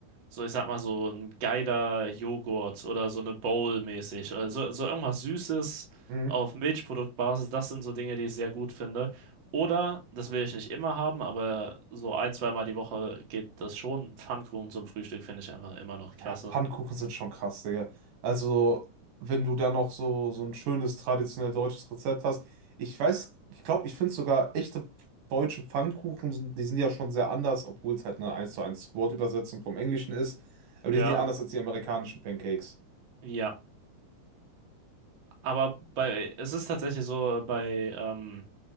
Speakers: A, on the right; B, on the right.
A: So, ich sag mal, so ein geiler Joghurt oder so eine Bowl mäßig. Also, so irgendwas Süßes
B: Mhm.
A: auf Milchproduktbasis, das sind so Dinge, die ich sehr gut finde. Oder, das will ich nicht immer haben, aber so ein, zweimal die Woche geht das schon. Pfannkuchen zum Frühstück finde ich einfach immer noch klasse.
B: Ja, Pfannkuchen sind schon krass, Digga. Also, wenn du da noch so, so ein schönes traditionell deutsches Rezept hast. Ich weiß, ich glaube, ich finde sogar echte deutsche Pfannkuchen, sind- die sind ja schon sehr anders, obwohl es halt eine eins zu eins Wortübersetzung vom Englischen ist. Aber
A: Ja,
B: die sind ja anders als die amerikanischen Pancakes.
A: ja. Aber bei, es ist tatsächlich so, bei ähm,